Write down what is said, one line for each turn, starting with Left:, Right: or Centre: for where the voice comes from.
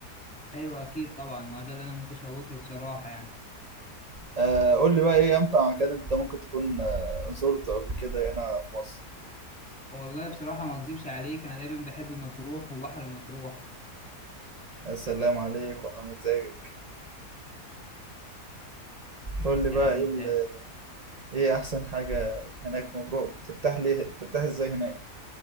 Centre: أيوه أكيد طبعا ما ده اللي أنا متشوق له بصراحة يعني.
Right: آه قول لي بقى ايه امتع مكان انت ممكن تكون آه زرته قبل كده هنا في مصر
Centre: والله بصراحة ما أكذبش عليك أنا دايما بحب مطروح وبحر مطروح
Right: يا سلام عليك وعلى مزاجك قول لي بقى
Centre: يعني
Right: ايه
Centre: أنت
Right: ال- ايه احسن حاجه هناك في مطروح بترتاح ليه بترتاح ازاي هناك